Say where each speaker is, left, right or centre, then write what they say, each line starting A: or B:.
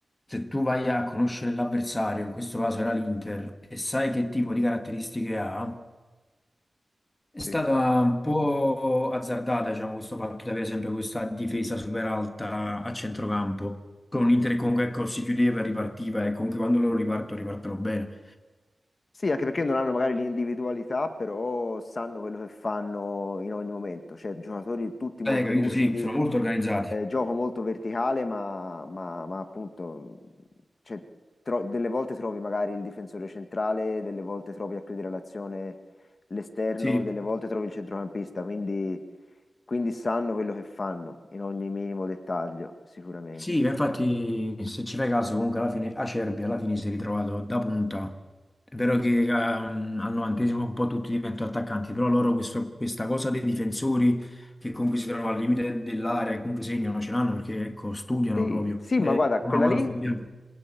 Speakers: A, on the left (about 25°); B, on the left (about 50°).
A: se tu vai a conoscere l'avversario, in questo caso era l'Inter, e sai che tipo di caratteristiche ha, È stata
B: sì.
A: un po' azzardata, diciamo, questo fatto di avere sempre questa difesa super alta a centrocampo, con un Inter che comunque ecco, si chiudeva e ripartiva, e comunque quando loro ripartono, ripartono bene.
B: Sì, anche perché non hanno magari l'individualità, però sanno quello che fanno in ogni momento. Cioè, giocatori tutti molto
A: Eh, capito?
B: lucidi,
A: Sì, sono molto organizzati.
B: eh, gioco molto verticale, ma, ma- ma appunto, cioè, tro- delle volte trovi magari il difensore centrale, delle volte trovi a chiudere l'azione l'esterno,
A: Sì,
B: delle volte trovi il centrocampista, quindi, quindi sanno quello che fanno in ogni minimo dettaglio, sicuramente.
A: Sì, ma infatti se ci fai caso comunque alla fine Acerbi alla fine si è ritrovato da punta. È vero che ehm, al novantesimo un po' tutti diventano attaccanti, però loro questo- questa cosa dei difensori che comunque si trovano al limite dell'area e comunque segnano ce l'hanno perché ecco, studiano
B: Sì,
A: proprio.
B: sì,
A: È
B: ma guarda,
A: una
B: quella
A: cosa
B: lì
A: studiata.